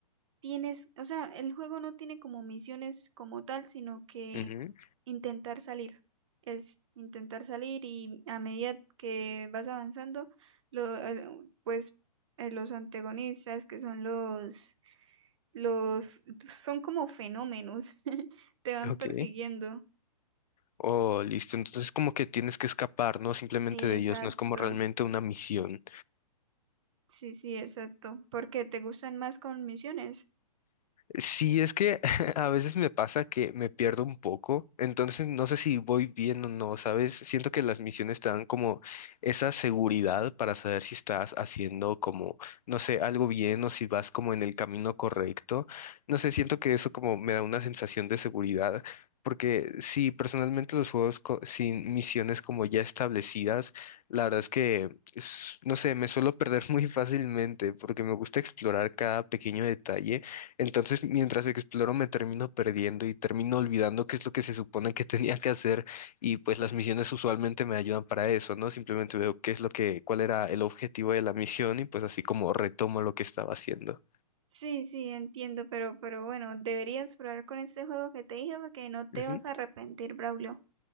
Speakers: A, on the right; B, on the left.
A: tienes, o sea, el juego no tiene como misiones como tal, sino que
B: Ujú,
A: intentar salir. Es intentar salir y a medida que vas avanzando, lo, el- pues eh, los antagonistas, que son los, los, son como fenómenos, <laughs> te van
B: Ok.
A: persiguiendo.
B: Oh, listo. Entonces como que tienes que escapar, ¿no? Simplemente
A: Exacto.
B: de ellos. No es como realmente una misión.
A: Sí, sí, exacto. Porque te gustan más con misiones.
B: Sí, es que <laughs> a veces me pasa que me pierdo un poco, entonces no sé si voy bien o no, ¿sabes? Siento que las misiones te dan como esa seguridad para saber si estás haciendo como, no sé, algo bien o si vas como en el camino correcto. No sé, siento que eso como me da una sensación de seguridad, porque sí, personalmente los juegos co- sin misiones como ya establecidas, la verdad es que, es- no sé, me suelo perder <laughs> muy fácilmente porque me gusta explorar cada pequeño detalle. Entonces, mientras exploro, me termino perdiendo y termino olvidando qué es lo que se supone que <laughs> tenía que hacer. Y pues las misiones usualmente me ayudan para eso, ¿no? Simplemente veo qué es lo que, cuál era el objetivo de la misión y pues así como retomo lo que estaba haciendo.
A: Sí, sí, entiendo, pero, pero bueno, deberías probar con este juego que te dije porque no te
B: Ujú.
A: vas a arrepentir, Braulio.